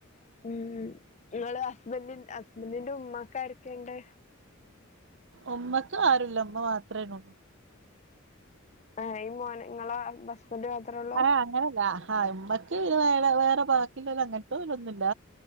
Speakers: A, on the left; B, on the right.
A: ഉ നിങ്ങള് ഹസ്ബൻഡ ഹസ്ബൻറിന്റെ ഉമ്മാക്കാരൊക്കെയണ്ട്
B: ഉമ്മക്ക് ആരുല്ല ഉമ്മ മാത്രേള്ളൂ
A: ആ ഈ മോനെളോ ഇങ്ങളെ ബസ്ബണ്ട് മാത്രേ ഉള്ളൂ
B: അ അങ്ങനല്ല ആഹ ഇമ്മക്ക് വേ വേറെ ബാക്കില്ല അങ്ങനത്തുന്നുല്ല